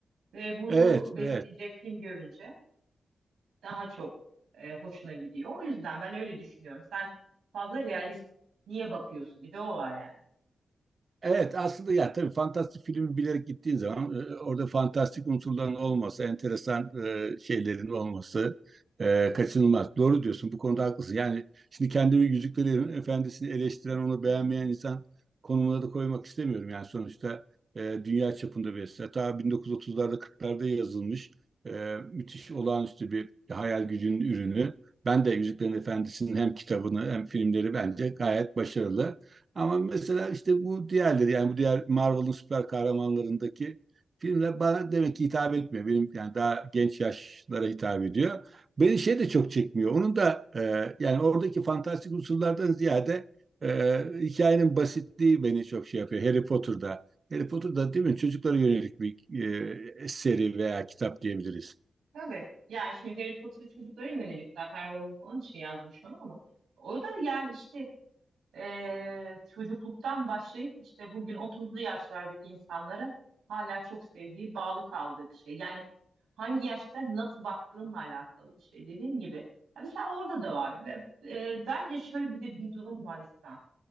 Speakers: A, on the right; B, on the right.
A: Ve bunu
B: Evet,
A: besleyecek
B: evet.
A: film görünce daha çok e, hoşuna gidiyor. O yüzden ben öyle düşünüyorum. Sen fazla realist niye bakıyorsun? Bir de o var yani.
B: Evet aslında ya tabii fantastik filmi bilerek gittiğin zaman e, orada fantastik unsurların olması, enteresan e, şeylerin olması e, kaçınılmaz. Doğru diyorsun bu konuda haklısın. Yani şimdi kendimi Yüzüklerin Efendisi'ni eleştiren, onu beğenmeyen insan konumuna da koymak istemiyorum. Yani sonuçta e, dünya çapında bir eser. Ta 1930'larda 40'larda yazılmış e, müthiş olağanüstü bir hayal gücünün ürünü. Ben de Yüzüklerin Efendisi'nin hem kitabını hem filmleri bence gayet başarılı. Ama mesela işte bu diğerleri yani bu diğer Marvel'ın süper kahramanlarındaki filmler bana demek ki hitap etmiyor. Benim yani daha genç yaşlara hitap ediyor. Beni şey de çok çekmiyor. Onun da e, yani oradaki fantastik unsurlardan ziyade e, hikayenin basitliği beni çok şey yapıyor. Harry Potter'da. Harry Potter'da değil mi? Çocuklara yönelik bir e, seri veya kitap diyebiliriz.
A: Tabii. Yani şimdi Harry Potter çocuklara yönelik zaten Rowling onun için yazmış onu ama o da yani işte e, çocukluktan başlayıp işte bugün otuzlu yaşlardaki insanların hala çok sevdiği, bağlı kaldığı bir şey. Yani hangi yaşta nasıl baktığınla alakalı bir şey dediğim gibi. Ya mesela orada da var ve e, bence şöyle bir de bir durum var İhsan.